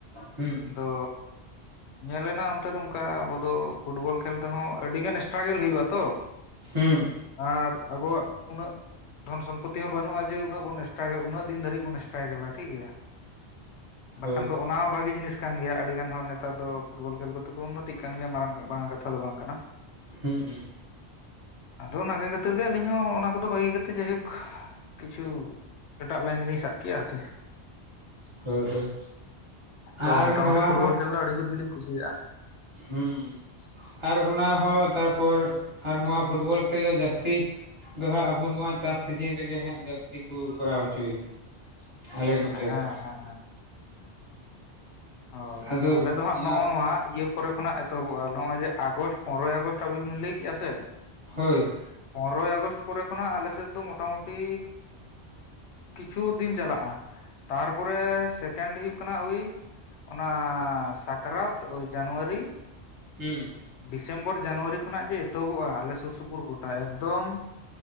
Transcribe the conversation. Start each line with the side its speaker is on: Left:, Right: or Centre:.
Right: ᱦᱩᱸ
Left: ᱫᱚ ᱧᱮᱞᱱᱟ <unintelligible> ᱚᱱᱠᱟ ᱟᱵᱚ ᱫᱚ ᱯᱷᱩᱴᱵᱚᱞ ᱠᱷᱮᱞ ᱨᱮᱦᱚᱸ ᱟᱹᱰᱤ ᱜᱟᱱ ᱥᱴᱨᱟᱜᱮᱞ ᱦᱩᱭᱩᱜᱼᱟ ᱛᱚ᱾
Right: ᱦᱩᱸᱻ
Left: ᱟᱨ ᱟᱵᱚᱣᱟᱜ ᱩᱱᱟᱹᱜ ᱫᱷᱚᱱ ᱥᱚᱢᱯᱚᱛᱛᱤ ᱦᱚᱸ ᱵᱟᱹᱱᱩᱜᱼᱟ ᱡᱮ ᱩᱱᱟᱹᱜ ᱵᱚᱱ ᱥᱴᱨᱟᱭ ᱩᱱᱟᱹ ᱫᱤᱱ ᱫᱷᱟᱵᱤᱡ ᱵᱚᱱ ᱥᱴᱨᱟᱭᱜᱮᱞᱟ᱾ ᱴᱷᱤᱠᱜᱮᱭᱟ᱾
Right: ᱦᱳᱭ
Left: ᱵᱟᱠᱷᱟᱱ ᱫᱚ ᱚᱱᱟ ᱦᱚᱸ ᱵᱷᱟᱜᱮ ᱡᱤᱱᱤᱥ ᱠᱟᱱ ᱜᱮᱭᱟ ᱟᱹᱰᱤ ᱜᱟᱱ ᱦᱚᱲ ᱱᱮᱛᱟᱨ ᱫᱚ ᱯᱷᱩᱴᱵᱚᱞ ᱠᱷᱮᱞ ᱠᱚ ᱛᱮᱠᱚ ᱩᱱᱱᱚᱛᱤᱜ ᱠᱟᱱ ᱜᱮᱭᱟ ᱢᱟᱨᱟᱝ ᱢᱟᱨᱟᱝ ᱠᱟᱛᱷᱟ ᱫᱚ ᱵᱟᱝ ᱠᱟᱱᱟ᱾
Right: ᱦᱩᱸ ᱦᱩᱸ
Left: ᱟᱫᱚ ᱚᱱᱟᱱᱟᱜᱮ ᱠᱷᱟᱹᱛᱤᱨ ᱜᱮ ᱟᱹᱞᱤᱧ ᱦᱚᱸ ᱚᱱᱟ ᱠᱚᱫᱚ ᱵᱟᱹᱜᱤ ᱠᱟᱛᱮᱫ ᱡᱟᱭᱦᱳᱠ ᱠᱤᱪᱷᱩ ᱮᱴᱟᱜ ᱞᱟᱭᱤᱱ ᱞᱤᱧ ᱥᱟᱵ ᱠᱮᱫᱼᱟ ᱟᱨᱠᱤ᱾
Right: ᱦᱳᱭ ᱦᱳᱭ,
Left: ᱛᱚ
Right: ᱟᱨ
Left: ᱢᱚᱴᱟᱢᱩᱴᱤ
Right: ᱱᱚᱣᱟ
Left: ᱯᱷᱩᱴᱵᱚᱞ ᱠᱷᱮᱞ ᱫᱚ ᱟᱹᱰᱤ ᱡᱳᱨ ᱜᱮᱞᱤᱧ ᱠᱩᱥᱤᱭᱟᱜᱼᱟ᱾
Right: ᱦᱩᱸᱻ ᱟᱨ ᱚᱱᱟ ᱦᱚᱸ ᱛᱟᱨᱯᱚᱨ ᱟᱨ ᱱᱚᱣᱟ ᱯᱷᱩᱴᱵᱚᱞ ᱠᱷᱮᱞ ᱦᱚᱸ ᱡᱟᱹᱥᱛᱤ ᱫᱚ ᱦᱟᱸᱜ ᱟᱵᱚ ᱱᱚᱣᱟ ᱪᱟᱥ ᱥᱤᱡᱤᱱ ᱨᱮᱜᱮ ᱦᱟᱸᱜ ᱡᱟᱹᱥᱛᱤ ᱠᱚ ᱠᱚᱨᱟᱣ ᱦᱚᱪᱚᱭ ᱜᱮᱭᱟ᱾ ᱟᱞᱮ ᱱᱚᱛᱮ
Left: ᱦᱮᱸ
Right: ᱫᱚ <inaudible>
Left: ᱦᱮᱸ ᱦᱮᱸ ᱦᱳᱭ
Right: ᱟᱫᱚ
Left: ᱟᱞᱮ ᱫᱚ ᱦᱟᱸᱜ
Right: ᱚᱱᱟ
Left: ᱱᱚᱜᱼᱚ ᱱᱚᱣᱟ ᱤᱭᱟᱹ ᱯᱚᱨᱮ ᱠᱷᱚᱱᱟᱜ ᱮᱛᱚᱦᱚᱵᱚᱜᱼᱟ ᱱᱚᱜᱼᱚᱭ ᱡᱮ ᱟᱜᱚᱥᱴ ᱯᱚᱱᱨᱚᱭ ᱟᱜᱚᱥᱴ ᱟᱵᱤᱱ ᱵᱤᱱ ᱞᱟᱹᱭ ᱠᱮᱜᱼᱟ ᱥᱮ
Right: ᱦᱳᱭ,
Left: ᱯᱚᱱᱨᱚᱭ ᱟᱜᱚᱥᱴ ᱯᱚᱨᱮ ᱠᱷᱚᱱᱟᱜ ᱟᱞᱮ ᱥᱮᱫ ᱫᱚ ᱢᱚᱴᱟᱢᱩᱴᱤ ᱠᱤᱪᱷᱩ ᱫᱤᱱ ᱪᱟᱞᱟᱜᱼᱟ, ᱛᱟᱨᱯᱚᱨᱮ ᱥᱮᱠᱮᱱᱰ ᱦᱩᱭᱩᱜᱭ ᱠᱟᱱᱟ ᱳᱭ ᱚᱱᱟ ᱥᱟᱠᱨᱟᱛ ᱳᱭ ᱡᱟᱱᱩᱣᱟᱨᱤ
Right: ᱦᱩᱸ
Left: ᱰᱤᱥᱮᱢᱵᱚᱨ ᱡᱟᱱᱩᱣᱟᱨᱤ ᱠᱷᱚᱱᱟᱜ ᱡᱮ ᱮᱛᱚᱦᱚᱵᱚᱜᱼᱟ ᱟᱞᱮ ᱥᱩᱨ ᱥᱩᱯᱩᱨ ᱜᱳᱚᱴᱟ ᱮᱠᱫᱚᱢ